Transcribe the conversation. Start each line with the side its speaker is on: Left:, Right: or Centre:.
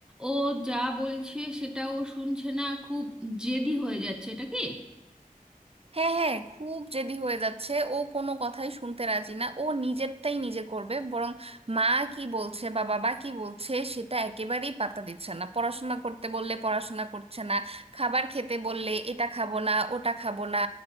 Centre: ও যা বলছে সেটা ও শুনছে না খুব জেদি হয়ে যাচ্ছে এটা কি
Right: হ্যাঁ হ্যাঁ খুব জেদি হয়ে যাচ্ছে ও কোনো কথাই শুনতে রাজি না ও নিজেরটাই নিজে করবে বরং মা কি বলছে বা বাবা কি বলছে সেটা একেবারেই পাত্তা দিচ্ছে না পড়াশোনা করতে বললে পড়াশোনা করছে না খাবার খেতে বললে এটা খাবো না ওটা খাবো না